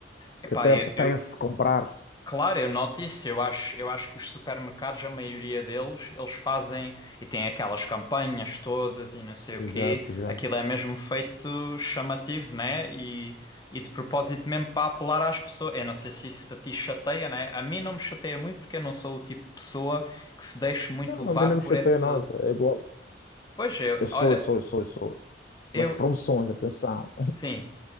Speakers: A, on the left; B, on the left.
A: Epá,
B: Que até
A: eu,
B: apetece
A: eu-
B: comprar.
A: claro, eu noto isso. Eu acho, eu acho que os supermercados, a maioria deles, eles fazem e têm aquelas campanhas todas e não sei
B: Exato,
A: o quê.
B: exato.
A: Aquilo é mesmo feito chamativo, né? E, e de propósito mesmo para apelar às pessoas. Eu não sei se isso a ti chateia, né? A mim não me chateia muito porque eu não sou o tipo de pessoa que se deixe muito
B: Não,
A: levar
B: a mim não me
A: por
B: chateia
A: esse.
B: nada, é igual.
A: Pois eu,
B: Eu sou,
A: olha,
B: eu sou, eu sou, eu sou. Pelas
A: eu,
B: promoções, atenção.
A: sim.